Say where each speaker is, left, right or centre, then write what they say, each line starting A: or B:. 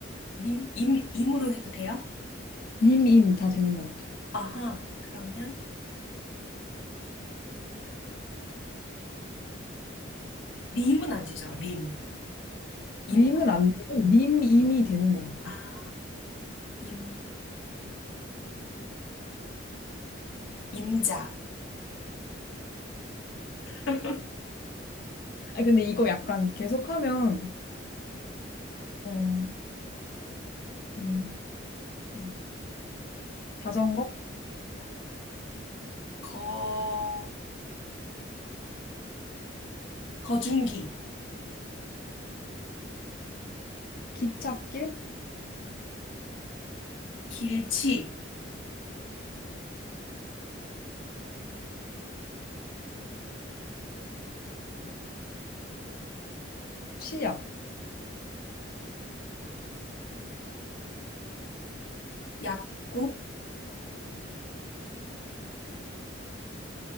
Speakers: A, on the left; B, on the left.
A: 님, 임, 임으로 해도 돼요?
B: 님, 임 다 되는 것 같아요.
A: 아하. 그러면, 림은 안 되죠. 림. 임,
B: 림은
A: 말,
B: 안 되고,
A: 임.
B: 님, 임이 되는 것 같아요.
A: 아, 임, 임자. <laughs>
B: 아, 근데 이거 약간 계속하면, 어, 음, 아, 자전거,
A: 거, 거중기,
B: 기찻길,
A: 길치,
B: 치약,
A: 약구,